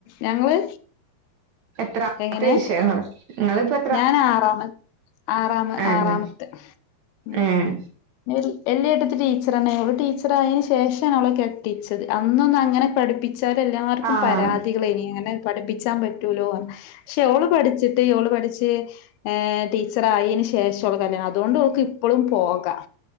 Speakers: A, on the left; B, on the right.
A: ഞങ്ങള്
B: എത്രത്ര
A: എങ്ങനെ
B: വിഷ നിങ്ങിളിപ്പ്
A: ഞാൻ ആറാമത് ആറാമ
B: ഏഹ്
A: ആറാമത്തെ ഉം
B: ഏഹ്
A: <unintelligible> വല്യയ ഏട്ടത്തി ടീച്ചറാണ് ഓള് ടീച്ചറായെന് ശേഷാണ് ഒളെ കെട്ടിച്ചത് അന്നൊന്നും അങ്ങനെ പഠിപ്പിക് ച്ചാലെല്ലാർക്കും
B: ആഹ്
A: പരാതികളെനി അങ്ങനെ പഠിപ്പിച്ചാൻ പറ്റൂലോ പക്ഷെ ഓള് പഠിച്ചിട്ട് ള് പഠിച്ച ട്ട് ടീച്ചറായേന് ശേഷമുള്ള കല്യാണം അതുകൊണ്ട്ക്ക് ഇപ്പോഴും പോകാം